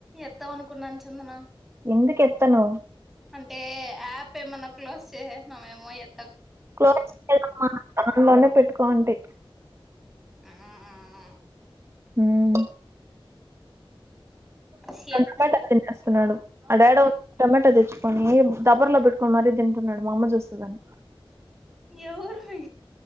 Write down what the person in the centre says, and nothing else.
ఎత్తావ్ అనుకున్నాను చందన
అంటే యాప్ ఏమనా క్లోజ్ చేసేసినఏమో ఏతి
ఆమ్
చెప్పు
ఎవరు అ